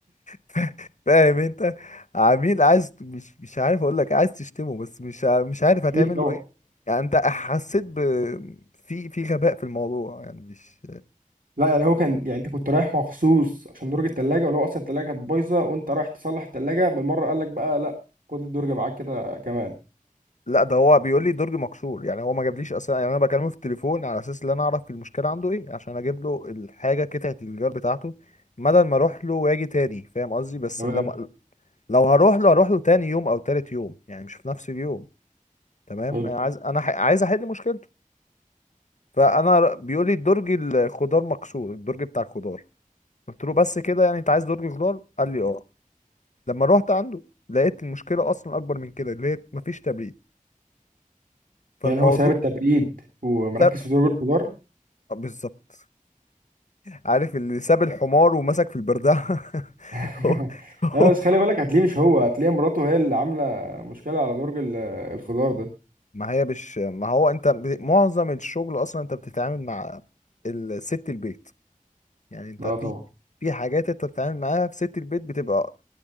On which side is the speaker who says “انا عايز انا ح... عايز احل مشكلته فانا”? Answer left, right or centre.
Left